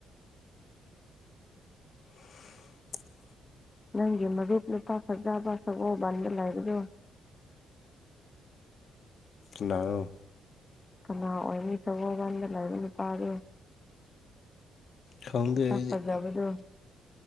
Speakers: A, on the left (about 60°); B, on the left (about 25°).
A: <unintelligible>
B: ꯅꯪꯒꯤ ꯃꯔꯨꯞ ꯅꯨꯄꯥ ꯁꯛꯖꯕ ꯁꯒꯣꯕꯟꯗ ꯂꯥꯏꯕꯗꯣ
A: ꯏꯅꯥꯅꯨ
B: ꯀꯅꯥ ꯑꯣꯏꯔꯅꯤ ꯁꯒꯣꯀꯥꯟꯗ ꯂꯩꯔ ꯅꯨꯄꯥꯗꯣ
A: ꯈꯪꯗꯦ
B: ꯆ
A: ꯑꯩꯗꯤ
B: ꯐꯖꯕꯗꯣ